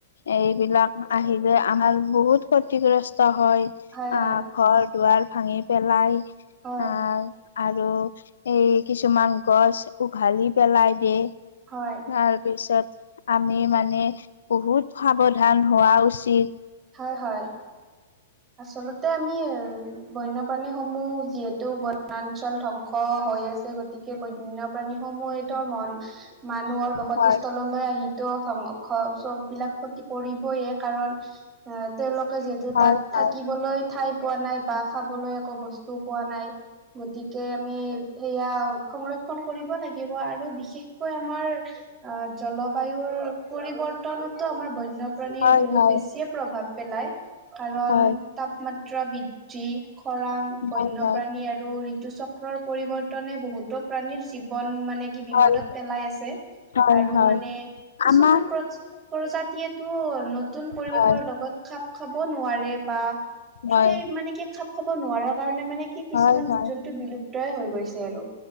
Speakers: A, on the left; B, on the right.
A: এইবিলাক আহি আমাৰ বহুত ক্ষতিগ্ৰস্ত হয়
B: হয় হয়
A: আ ঘৰ দুৱাৰ ভাঙি পেলাই
B: হয়
A: আহ আৰু এই কিছুমান গছ উঘালি পেলাই দিয়ে।
B: হয়।
A: তাৰপিছত আমি মানে বহুত সাৱধান হোৱা উচিত।
B: হয় হয়। আচলতে আমি বন্যপ্ৰাণীসমূহ যিহেতু বনাঞ্চল ধ্বংস হৈ আছে গতিকে বন্যয়প্ৰাণীসমূহে ধৰ মন মানুহৰ বসতিস্থললৈ
A: হয়
B: আহি ত চব বিলাক ক্ষতি কৰিবয়ে কাৰণ আহ তেওঁলোকে যিহেতু
A: হয়,
B: তাত থাকিবলৈ
A: হয়,
B: ঠাই পোৱা নাই বা খাবলৈ একো বস্তুও পোৱা নাই গতিক কে আমি সেয়া সংৰক্ষ ক্ষন কৰিব লাগিব আৰু বিশেষকৈ আমাৰ আহ জলবায়ুৰ পৰিৱৰ্তনতো আমাৰ বন্যপ্ৰাণীৰ
A: হয়,
B: বহুত
A: হয়,
B: বেছিয়ে প্ৰভাৱ পেলায়। কাৰণ
A: হয়,
B: তাপমাত্ৰা বৃদ্ধি খৰাং বন্যপ্ৰাণী
A: হয়, হয়,
B: আৰু আৰু ঋতু চক্ৰৰ পৰিৱৰ্তনে বহুতো প্ৰাণীৰ জীৱন মানে কি বিপদত
A: হয়,
B: পেলাই আছে।
A: হয়,
B: আৰু
A: হয়,
B: মানে কিছুমান
A: আমাৰ
B: প্ৰজ- প্ৰজাতিয়েটো নতুন পৰিৱেশৰ
A: হয়,
B: লগত। খাপ খাব নোৱাৰে বা।
A: হয়,
B: সেই মানে কি খাপ খাব নোৱাৰা কাৰণে মানে কিছুমান
A: হয়, হয়।
B: জীৱ- জন্তু বিলুপ্ত। তই হৈ গৈছে আৰু।